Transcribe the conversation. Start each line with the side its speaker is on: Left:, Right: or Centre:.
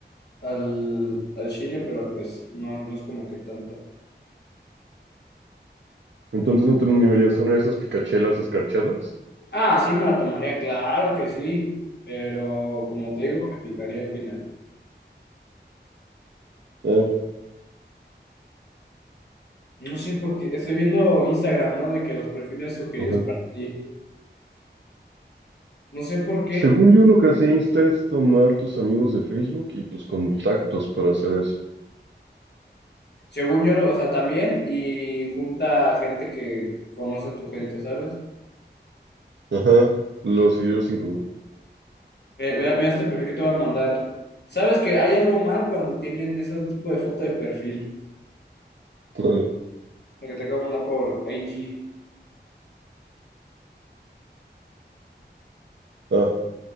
Left: al, al chile, pero pues no, no es como que tanta.
Right: Entonces no te animarías a una de esas picachelas escarchadas.
Left: Ah, sí, me la tomaría, claro que sí, pero como te digo, me picaría al final.
Right: Ah,
Left: No sé por qué, estoy viendo Instagram, ¿no? De que los perfiles sugeridos
Right: ajá.
Left: para ti. No sé por qué,
Right: Según yo, lo que hace Insta es tomar tus amigos de Facebook y tus contactos para hacer eso.
Left: según yo, lo- o sea, también y junta gente que conoce tu gente, ¿sabes?
Right: Ajá. Los seguidores en común.
Left: Ve- Mira, mira este perfil que te voy a mandar. ¿Sabes que hay algo mal cuando tienen ese tipo de foto de perfil?
Right: <laughs>
Left: La que te acabo de mandar por IG.
Right: Ah,